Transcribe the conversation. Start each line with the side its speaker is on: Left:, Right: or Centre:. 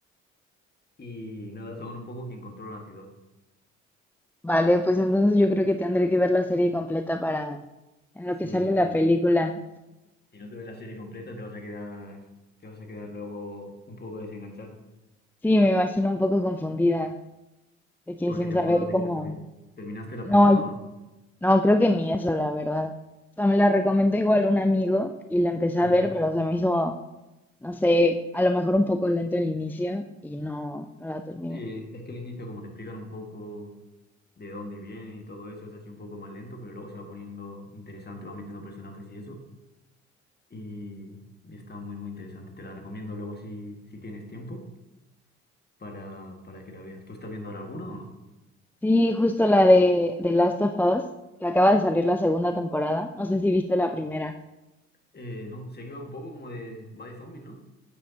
Left: Y nada, son un poco quien controla la ciudad.
Centre: vale, pues entonces yo creo que tendré que ver la serie completa para en lo
Left: Sí,
Centre: que sale
Left: sí,
Centre: la
Left: sí.
Centre: película.
Left: Si no te ves la serie completa, te vas a quedar, te vas a quedar luego un poco desenganchado.
Centre: Sí, me imagino un poco confundida, de que
Left: ¿Por
Centre: sin
Left: qué temporada
Centre: saber
Left: te
Centre: cómo.
Left: quedaste? ¿Terminaste la
Centre: No,
Left: primera o no?
Centre: no, creo que ni eso, la verdad. O sea, me la recomendó igual un amigo y la empecé
Left: Ujú.
Centre: a ver, pero se me hizo no sé, a lo mejor un poco lento el inicio y no, no la terminé.
Left: Sí, es que el inicio, como te explican un poco de dónde vienen y todo eso, es así un poco más lento, pero luego se va poniendo interesante, va metiendo personajes y eso. y, y está muy, muy interesante. Te la recomiendo luego si, si tienes tiempo para, para que la veas. ¿Tú estás viendo ahora alguna o no?
Centre: Sí, justo la de The Last of Us, que acaba de salir la segunda temporada. No sé si viste la primera.
Left: Eh, no, sé que va un poco como de... Va de zombies, ¿no?